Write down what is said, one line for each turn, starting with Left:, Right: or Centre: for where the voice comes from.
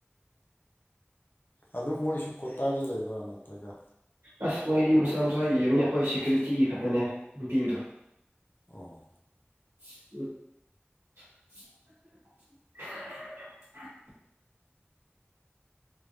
Left: ꯑꯗꯨꯝ ꯃꯣꯏꯁꯨ ꯀꯣꯇꯥꯗꯤ ꯂꯩꯕ꯭ꯔꯥ ꯅꯠꯇ꯭ꯔꯒ
Right: ꯑꯁ ꯃꯣꯏꯒꯤ ꯃꯁꯥ ꯃꯁꯥ ꯌꯨꯝꯅꯦ ꯑꯩꯈꯣꯏ ꯁꯦꯀ꯭ꯌꯨꯔꯤꯇꯤꯒꯤ ꯈꯛꯇꯅꯦ ꯄꯤꯕꯗꯣ
Left: ꯑꯣ
Right: <unintelligible>